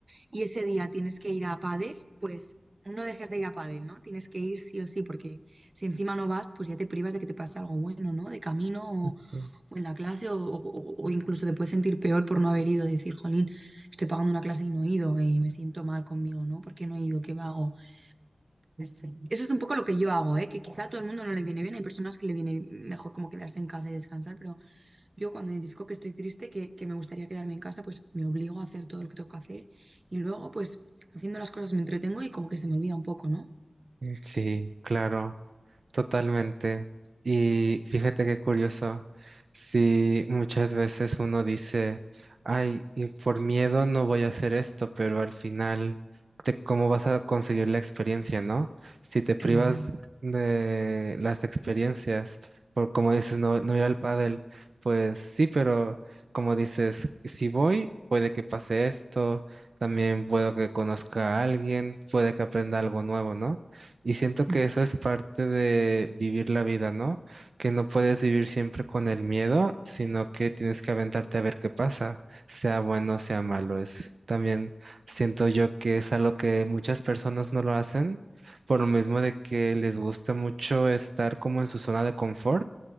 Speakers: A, on the right (about 50°); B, on the right (about 80°).
A: y ese día tienes que ir a pádel, pues no dejes de ir a pádel, ¿no? Tienes que ir sí o sí, porque si encima no vas, pues ya te privas de que te pase algo bueno, ¿no? De camino
B: Ujú.
A: o, o en la clase o, o- o incluso te puedes sentir peor por no haber ido, decir, jolín, estoy pagando una clase y no he ido, eh, me siento mal conmigo, ¿no? ¿Por qué no he ido? ¿Qué vago? Es- Eso es un poco lo que yo hago, ¿eh? Que quizá a todo el mundo no le viene bien, hay personas que le viene mejor como quedarse en casa y descansar, pero yo cuando identifico que estoy triste, que, que me gustaría quedarme en casa, pues me obligo a hacer todo lo que tengo que hacer y luego pues haciendo las cosas me entretengo y como que se me olvida un poco, ¿no?
B: Sí, claro. Totalmente. Y fíjate qué curioso, si muchas veces uno dice, ay, y por miedo no voy a hacer esto, pero al final, te- ¿cómo vas a conseguir la experiencia, no? Si te privas
A: Claro,
B: de las experiencias, por como dices, no, no ir al pádel, pues sí, pero como dices, si voy, puede que pase esto, también puedo que conozca a alguien, puede que aprenda algo nuevo, ¿no? Y siento que
A: mm,
B: eso es parte de vivir la vida, ¿no? Que no puedes vivir siempre con el miedo, sino que tienes que aventarte a ver qué pasa, sea bueno, sea malo. Es también siento yo que es algo que muchas personas no lo hacen, por lo mismo de que les gusta mucho estar como en su zona de confort